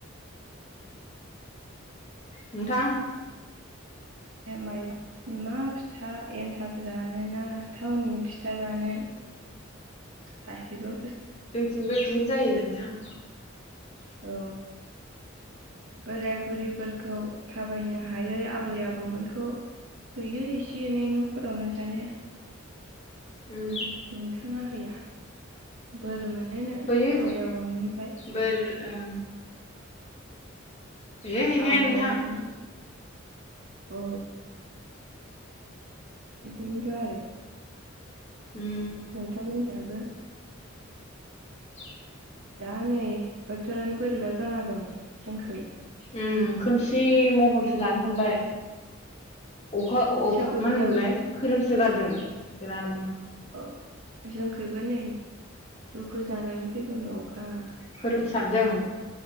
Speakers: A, on the left; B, on the right.
A: नोंथां
B: माइ मा फिथा एन्थाब जानोना थावनि फिथा जानो गासिबो
A: जोंथिंबो इदिनो जायो नोंथां
B: औ बोराय बुरैफोरखौ थाबायनो हायै आबै आबौमोनखौ हैयो एसे एनै न'फोरावनो जानो
A: उम
B: नोंथाङा हैया बोर मोनोनो
A: हैयो
B: आबै आबौनिफ्राय
A: बोर ओं हैयो हैनाया
B: औ
A: नोंथां
B: औ औ बिदिनोथ' आरो <inaudible>
A: उम <inaudible>
B: दा नै बोथोरानो बोरैबा जाना दं जोंखै
A: उम खोमसि महरसो लानो हमबाय अखा अ
B: बैसागुफोराव
A: मा होनोमोनलाय खोरोम सोगारदों बिरादनो।
B: ओ। जोंखैबो नै दुखु जानानै फैगौ नो अख्रांआ।
A: खोरोमसारदों।